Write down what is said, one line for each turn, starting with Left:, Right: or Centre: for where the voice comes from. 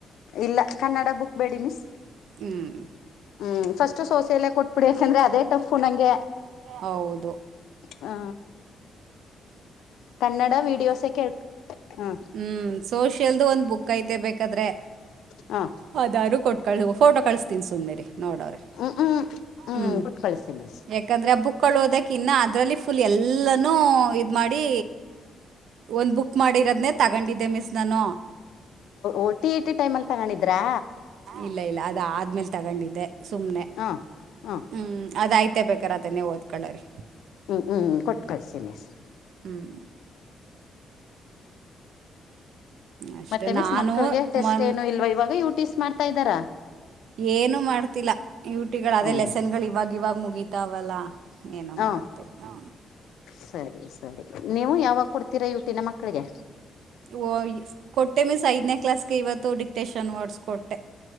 Left: ಇಲ್ಲ ಕನ್ನಡ ಬುಕ್ ಬೇಡಿ ಮಿಸ್
Right: ಹ್ಮ್
Left: ಹ್ಮ್ ಫಸ್ಟ್ ಸೋಸೆಯಲ್ಲೇ ಕೊಟ್ಬಿಡಿಾಕಂದ್ರೆ ಅದೇ ಟಫು ನಂಗೆ
Right: ಹೌದು
Left: ಹಾ ಕನ್ನಡ ವೀಡಿಯೋಸ್ ಎಳ್ ಹಾ
Right: ಹ್ಮ್ ಸೋಷಿಯಲ್ದು ಒಂದ್ ಬುಕ್ ಐತೆ ಬೇಕಾದ್ರೆ
Left: ಹಾ
Right: ಅದಾದಾರರು ಕೊಟ್ ಕಳಸ ಫೋಟೋ ಕಳಸ್ತಿನಿ ಸುಮೀರಿ ನೋಡವ್ರರಿ
Left: ಹ್ಮ್ ಹ್ಮ್
Right: ಹ್ಮ್
Left: ಕೊಟ್ ಕಳ್ಸಿ ಮಿಸ್
Right: ಎ ಯಾಕಂದ್ರೆ ಆ ಬುಕ್ಗಳು ಓದಕ ಇನ್ನ ಅದರಲ್ಲಿ ಫುಲ್ ಎಲ್ಲನೂ ಇದ ಮಾಡಿ ಒಂದ್ ಬುಕ್ ಮಾಡಿರೋದನೆ ತಗೊಂಡಿದ್ದೆ ಮಿಸ್ ನಾನು
Left: ಓಟಿ ಟಿ ಟೈಮ ಅಲ್ಲಿ ತಗೊಂಡಿದ್ರಾ
Right: ಇಲ್ಲ ಇಲ್ಲ ಅದ ಆದ್ಮೇಲ್ ತಗೊಂಡಿದ್ದೆ ಸುಮ್ನೆ
Left: ಹಾ ಹಾ
Right: ಹ್ಮ್ ಅದಾಯ್ತು ಮತ್ತೆ ಬೇಕಾರ ಅದನ್ನೇ ಓದ್ಕೊಳ್ಳ ರೀ
Left: ಹ್ಞೂ ಹ್ಞೂ ಕೊಟ್ಟು ಕಳಿಸಿ ಮಿಸ್
Right: ಹ್ಮ್ ಅಷ್ಟೆ
Left: ಮತ್ತೆ ಮಿಸ್
Right: ನಾನು
Left: ಮಕ್ಕಳಿಗೆ ಟೆಸ್ಟ್
Right: ಮ <unintelligible>
Left: ಏನು ಇಲ್ವಾ ಇವಾಗ ಯು ಟಿಸ್ ಮಾಡ್ತಾ ಇದ್ದಾರಾ
Right: ಏನು ಮಾಡ್ತಿಲ್ಲ ಯುಟಿಗಳು ಅದೇ
Left: ಹ್ಮ್
Right: ಲೆಸನ್ಗಳು ಇವಾಗ ಇವಾಗ ಮುಗಿತಾವಲ್ಲ ಏನು
Left: ಹ
Right: ಮಾಡ್ತೀವಿ ಹ
Left: ಸರಿ ಸರಿ ನೀವು ಯಾವಾಗ ಕೊಡ್ತೀರಾ ಇವಟಿನ ಮಕ್ಕಳಿಗೆ
Right: ಓ ಕೊಟ್ಟೆ ಮಿಸ್ ಐದನೇ ಕ್ಲಾಸ್ಗೆ ಇವತ್ತು ಡಿಕ್ಟೇಷನ್ ವರ್ಡ್ಸ್ ಕೊಟ್ಟೆ